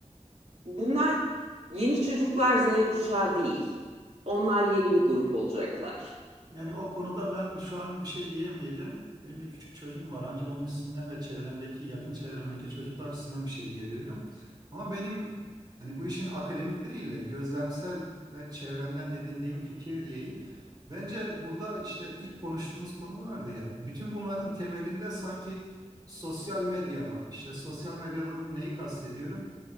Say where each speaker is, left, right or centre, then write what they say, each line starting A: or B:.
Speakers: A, on the right; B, on the right.
A: bunlar yeni çocuklar Z kuşağı değil. Onlar yeni bir grup olacaklar.
B: Yani o konuda ben şu an bir şey diyemeyeceğim. Benim de küçük çocuğum var. Ancak onun üstünden ve çevremdeki, yakın çevremdeki çocuklar üstünden bir şey diyebilirim. Ama benim hani bu işin akademik değil de gözlemsel ve çevremden edindiğim fikir diyeyim. Bence burada işte ilk konuştuğumuz konu vardı ya. Bütün bunların temelinde sanki sosyal medya var. İşte sosyal medyadan neyi kastediyorum?